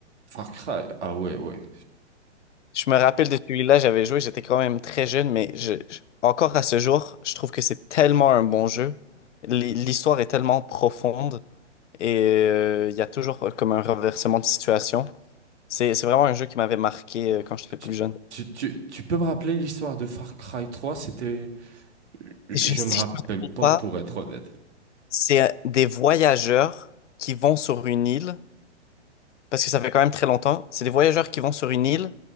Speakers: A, on the right; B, on the left.
A: Far Cry, ah ouais, ouais.
B: Je me rappelle de celui-là, j'avais joué, j'étais quand même très jeune, mais je, je- encore à ce jour, je trouve que c'est tellement un bon jeu. L'hi- L'histoire est tellement profonde et euh, il y a toujours euh, comme un renversement de situation. C'est, c'est vraiment un jeu qui m'avait marqué euh, quand j'étais plus
A: Tu,
B: jeune.
A: tu, tu, tu peux me rappeler l'histoire de Far Cry 3? C'était... Je je
B: Je, si
A: me rappelle
B: je ne me trompe
A: pas
B: pas,
A: pour être honnête.
B: c'est euh, des voyageurs qui vont sur une île parce que ça fait quand même très longtemps. C'est des voyageurs qui vont sur une île